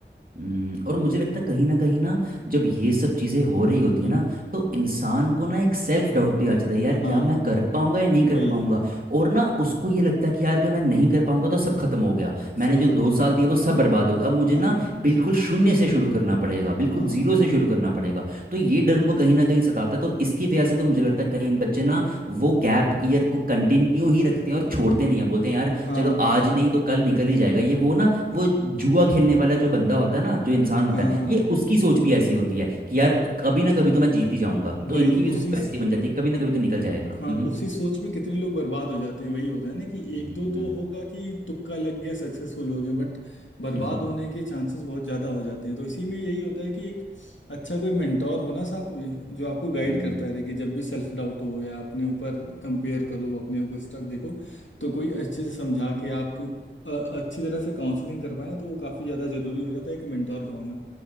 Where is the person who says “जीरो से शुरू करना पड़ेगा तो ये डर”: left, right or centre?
Right